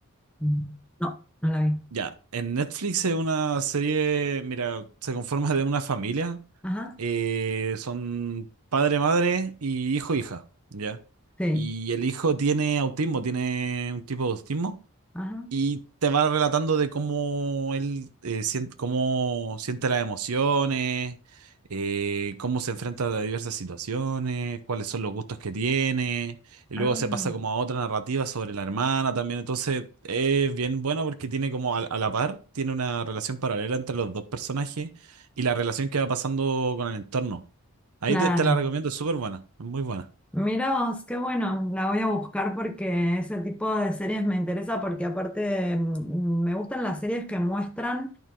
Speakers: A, in the centre; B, on the right (about 90°).
A: Mm. No, no la vi.
B: Ya, en Netflix es una serie, mira, se conforma de una familia.
A: Ajá,
B: eh, son padre, madre y hijo, hija, ¿ya?
A: sí.
B: Y el hijo tiene autismo, tiene un tipo de autismo
A: Ajá.
B: y te va relatando de cómo él eh, sien- cómo siente las emociones, eh, cómo se enfrenta a diversas situaciones, cuáles son los gustos que tiene, y
A: Ah,
B: luego se pasa como a otra narrativa sobre la hermana también. Entonces es bien bueno porque tiene como a, a la par, tiene una relación paralela entre los dos personajes y la relación que va pasando con el entorno. Ahí
A: claro.
B: te, te la recomiendo, es súper buena, es muy buena.
A: Mira vos, qué bueno, la voy a buscar porque ese tipo de series me interesa porque aparte mm, me gustan las series que muestran